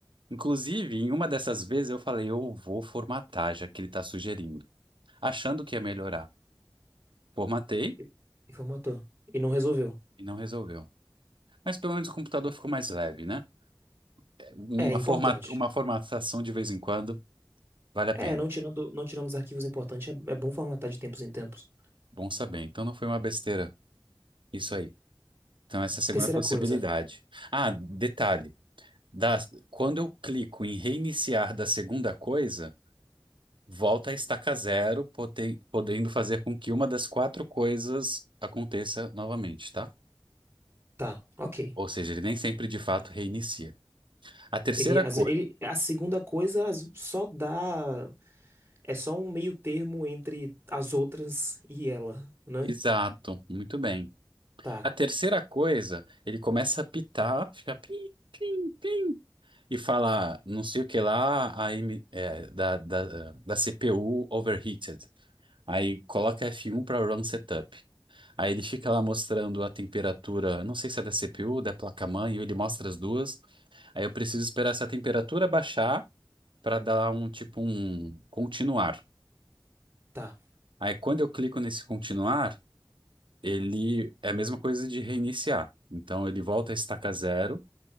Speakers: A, on the right; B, on the right.
A: Inclusive, em uma dessas vezes eu falei, eu vou formatar, já que ele está sugerindo, achando que ia melhorar. Formatei
B: E e formatou. E não resolveu.
A: e não resolveu. Mas pelo menos o computador ficou mais leve, né? É, Uma
B: É
A: forma,
B: importante.
A: uma formatação de vez em quando vale a
B: É,
A: pena.
B: não tirando, não tirando os arquivos importantes, é, é bom formatar de tempos em tempos.
A: Bom saber. Então não foi uma besteira. Isso aí. Então essa é a segunda
B: Terceira
A: possibilidade.
B: coisa,
A: Ah, detalhe. Da, quando eu clico em reiniciar da segunda coisa, Volta à estaca zero, pote- podendo fazer com que uma das quatro coisas aconteça novamente, tá?
B: tá, ok.
A: Ou seja, ele nem sempre de fato reinicia. A terceira
B: Ele, as-
A: coisa.
B: ele, a segunda coisa as- só dá, é só um meio termo entre as outras e ela, né?
A: Exato, muito bem.
B: Tá,
A: A terceira coisa, ele começa a pitar, fica pim, pim, pim, e fala não sei o que lá, a M- é, da, da, da CPU overheated. Aí coloca F1 para run setup. Aí ele fica lá mostrando a temperatura, não sei se é da CPU, da placa-mãe, ele mostra as duas. Aí eu preciso esperar essa temperatura baixar para dar um tipo um continuar.
B: tá.
A: Aí quando eu clico nesse continuar, ele é a mesma coisa de reiniciar. Então ele volta a estaca zero